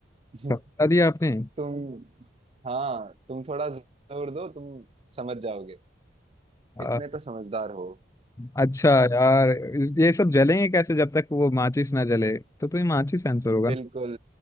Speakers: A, on the right (about 35°); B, on the left (about 15°).
A: <laughs>
B: तो बता दिया आपने
A: तुम हाँ तुम थोड़ा जोर दो तुम समझ जाओगे
B: अ,
A: इतने तो समझदार हो
B: अच्छा यार इस- ये सब जलेंगे कैसे जब तक वो माचिस ना जले तो तुम्हें माचिस आंसर होगा
A: बिल्कुल